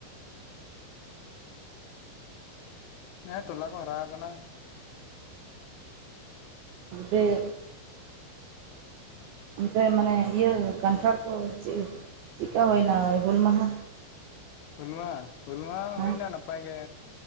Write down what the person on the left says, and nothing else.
ᱦᱮᱸ ᱴᱚᱞᱟ ᱠᱚ ᱦᱟᱨᱟ ᱟᱠᱟᱱᱟ
ᱦᱩᱞ ᱢᱟ ᱦᱩᱞ ᱢᱟᱦᱟ,
ᱦᱩᱭ ᱱᱟ ᱱᱟᱯᱟᱭ ᱜᱮ᱾